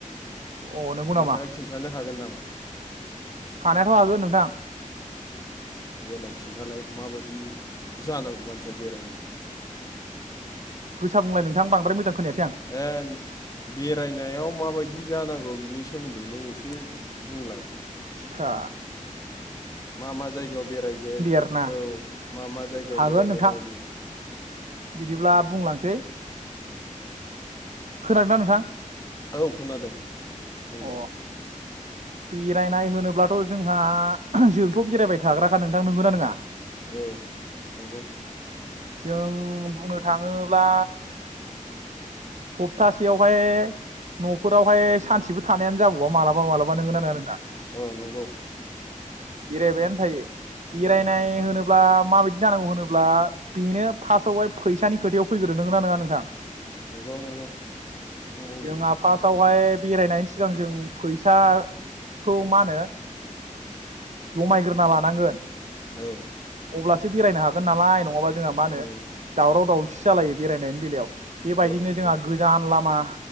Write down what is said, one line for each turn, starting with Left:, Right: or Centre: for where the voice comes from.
Right: अ नंगौ
Left: नोंथाङा
Right: नामा
Left: खिन्थानो हागोन नामा
Right: हानायाथ' हागोन नोंथां
Left: देलाय खिन्थालाय माबायदि जानांगौ मानसिया बेरायनायाव
Right: गोसा बुंलाय नोंथां बांद्राय मोजां खोनायासै आं
Left: ए बेरायनायाव माबायदि जानांगौ बिनि सोमोन्दै नों एसे बुंलाय
Right: आतसा
Left: मा-मा जायगायाव बेरायगोन
Right: आरोना
Left: औ मा-मा जायगायाव
Right: हागोन
Left: बेरायगोन
Right: नोंथां
Left: बबे
Right: बिदिब्ला बुंलांसै
Left: उम
Right: खोनादोंना नोंथां
Left: औ खोनादों बुं
Right: अ
Left: दे
Right: बेरायनाय होनोब्लाथ' जोंहा जोंथ' बेरायबाय थाग्राखा नोंथां नंगोना नङा
Left: औ नंगौ
Right: <inaudible> जों बुंनो थाङोब्ला सप्तासेयावहाय न'फोरावहाय सानसेबो थानायानो जाबावा माबा मालाबा नोंगोना नङा नोंथां
Left: औ नंगौ
Right: बेरायबायानो थायो बेरायनाय
Left: औ
Right: होनोब्ला माबायदि जानांगौ होनोब्ला बेनो फार्स्टआवहाय फैसानि खोथायाव फैग्रो नों नना नङा नोंथां
Left: नंगौ- नंगौ थिखौनो बुंदों
Right: जोंहा फार्स्टआवहाय बेरायनायनि सिगां जों फैसाखौ मा होनो जमायग्रोना लानांगोन
Left: औ
Right: अब्लासो बेरायनो हागोन नालाय नङाबा जोंहा मा होनो
Left: औ
Right: दावराव दावसि जालायो बेरायनायनि बेलायाव बेबायायदिनो
Left: औ
Right: जोंहा
Left: औ
Right: गोजान लामा